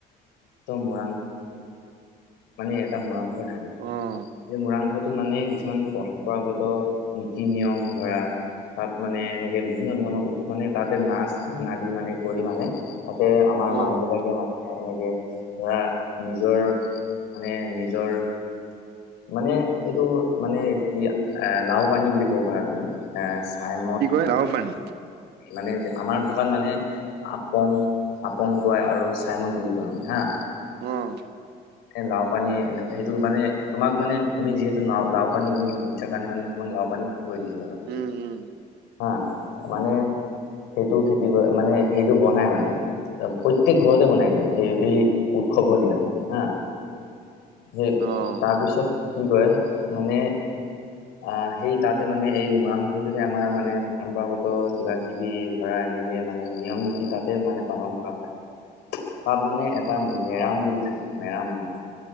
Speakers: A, on the left; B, on the right.
A: মৰাং মানে এটা মৰাংঘৰ থাকে
B: অ',
A: এই মৰাংঘৰটোত মানে কিছুমান পৰম্পৰাগত নীতি নিয়ম ধৰা তাত মানে এনেকে বিভিন্ন ধৰণৰ মানে তাতে নাচ ধান আদি মানে কৰি মানে তাতে আমাৰ
B: অ',
A: মানুহ বিলাকে মান এনেকে ধৰা নিজৰ মানে নিজৰ মানে এইটো মানে এইটো কি এ লাও পানী বুলি ক'ব পাৰা তুমি এ চাই মদ
B: লাওপানী
A: মানে আমাৰ ভাষাত মানে আপং আপং কয় আৰু চাইমদ বুলি কয় মানে হা
B: হুম
A: লাও পানী এ সেইটো মানে তোমাক মানে তুমি যিহেতু লাওপানী শুনিছা কাৰণে মানে তোমাক লাও পানী কৰি দিছো বাৰু
B: উম, উম।
A: হা মানে সেইটো খেতি কৰে মানে সেইটো বনাই মানে প্ৰত্যেক ঘৰতে বনায় কিন্তু সেই এই উৎসৱৰ দিনা হা সেই
B: অ',
A: তাৰপিছত কি কয় মানে আহ সেই তাতে মানে এই মৰাংঘৰটোতে আমাৰ মানে পৰম্পৰাগত কিবা কিবি ধৰা এনেকে মানে নিয়ম নীতি তাতে মানে পালন কৰা হয় তাত মানে এটা মেৰাম বুলি থাকে মেৰাম মানে